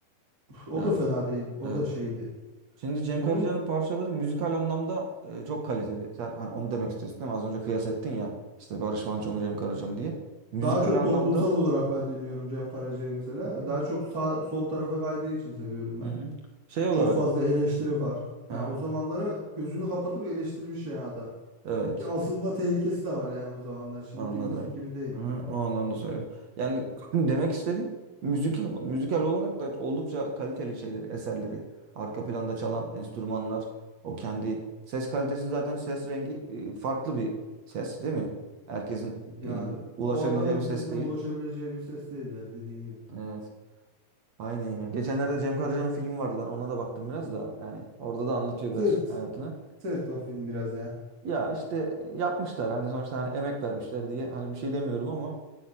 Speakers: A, on the right; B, on the right.
A: O
B: Yani
A: da fena değil. O
B: evet.
A: da şeydi.
B: Şimdi Cem
A: Onun
B: Karaca'nın parçaları müzikal anlamda e, çok kaliteli. Sen hani onu demek istiyorsun değil mi? Az önce kıyas ettin ya işte Barış Manço mu Cem Karaca mı diye. Müzikal
A: daha çok
B: anlamda
A: toplumsal olarak ben dinliyorum Cem Karaca'yı mesela.
B: Hı. Hı
A: Daha çok sağ, sol tarafa kaydığı için seviyorum ben.
B: hı. hı. şey olarak
A: Çok fazla eleştiri var.
B: Aha,
A: Yani o zamanlara gözünü kapatıp eleştirmiş ya adam.
B: evet
A: Ki asılma tehlikesi de var yani o zamanlar. Şimdiki
B: Anladım.
A: müzik gibi değil.
B: Aha, o anlamda söylüyorum. Yani <laughs> demek istediğim müzikal, müzikal olarak da oldukça kaliteli şeyleri, eserleri. Arka planda çalan enstrümanlar, o kendi ses kalitesi zaten ses rengi e, farklı bir ses değil mi? Herkesin
A: Yani
B: e, ulaşabileceği
A: o adamın
B: bir
A: sesine
B: ses değil.
A: ulaşabileceği bir ses değil ya dediğin gibi.
B: Evet. Aynen ya. Geçenlerde Cem Karaca'nın filmi vardı. Ben ona da baktım biraz da. Yani orada da anlatıyor
A: Sırt.
B: biraz hayatını.
A: Sırt o film biraz ya.
B: Ya işte e, yapmışlar. Hani sonuçta hani emek vermişler diye. Hani bir şey demiyorum ama